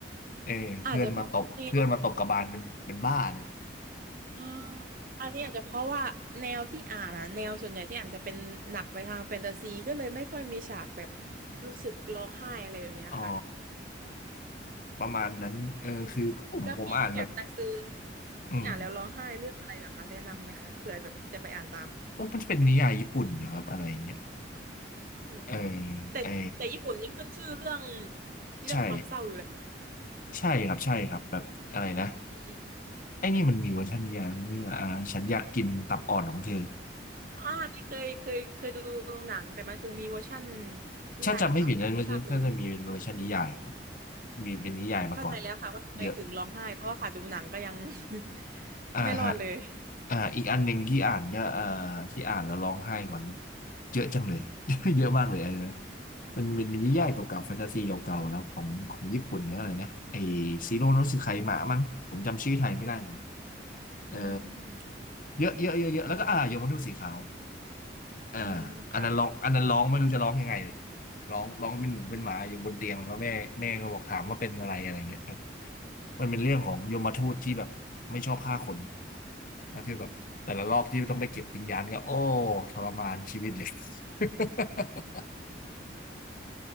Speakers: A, on the left (about 45°); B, on the right (about 50°).
A: เออเพื่อนมาตบเพื่อนมาตบกระบาลเป็นเป็นบ้าเลย
B: อาจจะเพราะแนว อ่าอันนี้อาจจะเพราะว่าแนวที่อ่านอะแนวส่วนใหญ่ที่อ่านจะเป็นหนักไปทางแฟนตาซีก็เลยไม่ค่อยมีฉากแบบรู้สึกร้องไห้อะไรแบบเนี้ยค่ะ
A: <laughs> อ๋อประมาณนั้นเออคือผมผมอ่านแบบ
B: แล้วมีแบบหนังสือ
A: อืม
B: ที่อ่านแล้วร้องไห้เรื่องอะไรเหรอคะแนะนำไหมคะเผื่อแบบจะไปอ่านตาม
A: มันจะเป็นนิยายญี่ปุ่นนะครับอะไรอย่างเงี้ย
B: อืม
A: เออ
B: แต่แต่ญี่ปุ่นนี่ขึ้นชื่อเรื่อง
A: เออ
B: เรื่องความเศร้าอยู่เลยนะ
A: ใช่ ใช่ครับใช่ครับแบบอะไรนะ
B: อืมอม
A: ไอ้นี่มันมีเวอร์ชันนิยายไหมเนี่ยอ่าฉันอยากกินตับอ่อนของเธอ
B: อ่านี่เคยเคยเคยดูหนังแต่มันคือมีเวอร์ชั่นนิยายเหรอคะไม่ทราบเลย
A: ถ้าจำไม่ผิดนะมันจะถ้าจะมีเป็นเวอร์ชันนิยายครับมีเป็นนิยายมาก่อน
B: โอเคเข้าใจแล้วค่ะว่าทำไมถึงร้องไห้เพราะว่าค่ะดูหนังก็ยัง
A: เยอะ
B: <laughs>
A: อ่าฮะ
B: ไม่รอดเลย
A: อ่าอีกอันหนึ่งที่อ่านก็อ่าที่อ่านแล้วร้องไห้ก่อนเยอะจังเลย <laughs> เยอะมากเลยอันนะมันเป็นมินิยายเก่าๆแฟนตาซีเก่าๆแล้วของของญี่ปุ่นหรืออะไรนะไอซีโร่โนสึไคมะมั้งผมจำชื่อไทยไม่ได้เหมือนเออ
B: อืม
A: เยอะเยอะเยอะเยอะแล้วก็อ่ายมทูตสีขาว เออ
B: อืมค่ะ
A: อันนั้นร้องอันนั้นร้องไม่รู้จะร้องยังไงเลยร้องร้องเป็นหมูเป็นหมาอยู่บนเตียงแล้วแม่แม่ก็บอกถามว่าเป็นอะไรอะไรเงี้ยมันมันเป็นเรื่องของยมทูตที่แบบไม่ชอบฆ่าคนแล้วคือแบบแต่ละรอบที่ต้องไปเก็บวิญญาณก็โอ้
B: อืม
A: ทรมานชีวิตเลย <laughs>